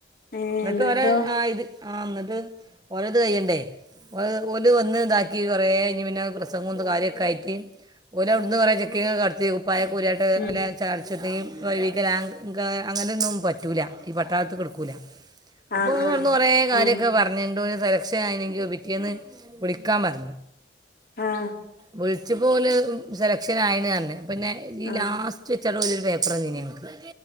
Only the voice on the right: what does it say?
ന്നിട്ട്
ഓരെ ആഹ് ഇത് ആഹ് ന്നിട്ട് ഓരെ ത് കയ്യണ്ടേ ഓര് വന്ന് താക്കി കൊറേ ഴിഞ്ഞി പിന്നെ പ്രസംഗും കാര്യക്കായിട്ട് ഓലഔട്ന്ന് കൊറേ ചെക്കിങൊക്കട്തി കുപ്പായൊക്കൂര്യാണ്ട്ഒല്ലേ
ചർച്ചത്തി വഴിവികലാങ്ക അങ്ങന്യോന്നും പറ്റൂല ഈ പട്ടാൾത്ത് ക്ക്‌ട്ക്കൂല അപ്പോലട്ന്ന്
കൊറേ കാര്യൊക്കെ
പർഞ്ഞി ന്തോര് സെലക്ഷനായീന് പിറ്റേന്ന് വിളിക്കാന്പർഞ്
വിൾ ച്ചപോല് സെലക്ഷനായീണർഞ് പിന്നെ ഈ
ലാസ് ചാണ്ട് ഒര്പേപ്റെന്നീനി ഞങ്ങക്ക്